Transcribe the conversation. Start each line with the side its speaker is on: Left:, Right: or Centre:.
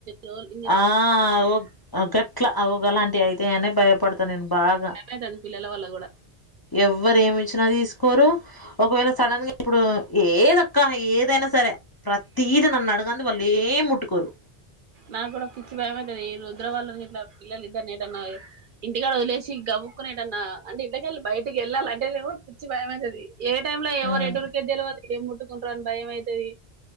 Right: లోల్ <inaudible>
Left: ఆ ఓ గట్లా గలాంటివి అయితాయి అని భయపడతాను నేను బాగా
Right: అయితాంటుంది పిల్లల వల్ల కూడా.
Left: ఎవ్వరు ఏమి ఇచ్చినా తీసుకోరు. ఒకవేళ సడన్గా ఇప్పుడు ఏదక్క ఏదైనా సరే ప్రతీదీ నన్ను అడగండి వాళ్ళు ఏం ముట్టుకోరు.
Right: నాకు కూడా పిచ్చి భయమైతాది ఈ రుద్రావాళ్ళు గిట్లా పిల్లలు ఇద్దర్ని ఎటన్నా ఇంటికాడ వదిలేసి గబుక్కునెటన్న అంటే ఇంట్లోకెళ్ళి బయటకి వెళ్ళాలి అంటే కూడా పిచ్చి భయమైతాది. ఏ టైమ్ లో ఎవరు
Left: ఉమ్
Right: ఎటురికేది తెలవదు ఏం ముట్టుకుంటారో అని భయం అయితాది.